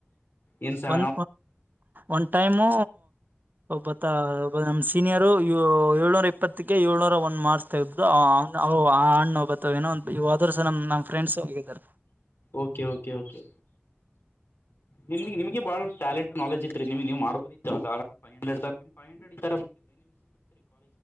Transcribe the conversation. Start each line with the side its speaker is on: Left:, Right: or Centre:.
Left: ಏನ್ ಸ
Right: ಒನ್ ಒನ್ ಟೈಮು ಒಬ್ಬತ್ತ. ನಮ್ ಸೀನಿಯರು ಏಳ್ನೂರ ಇಪ್ಪತ್ತಕ್ಕೆ ಏಳ್ನೂರ ಒಂದ್ ಮಾರ್ಸ್ ತಗೆದಿದ್ದ ಆ ಅಣ್ಣ. ಏನೋ ಇ ಆದ್ೂ ಸಹ ನಮ್ಮ ಫ್ರೆಂಡ್ಸ್ ಹೋಗಾರೆ.
Left: Okay okay okay. ನಿಮ್ ನಿಮಗೆಾಳ ಟಾಲಂಟ್ ನೆಜ್ ಇತ್ರಿ ನಿಮ ನೀವು್ಬೋದತ್ತು ಅರಂಡ್ ೈವ್ ಹಂಡ್ರಡ್ ತರ ನಿಮ್ಫೈವ ಹಂಡ್ರೆಡ್